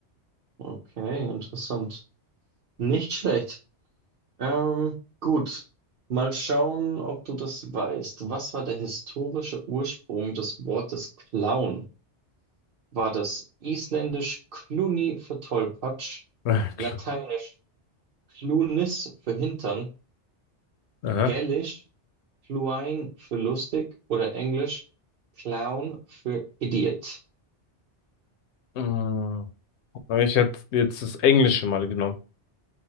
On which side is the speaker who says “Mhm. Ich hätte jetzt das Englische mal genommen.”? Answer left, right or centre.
Left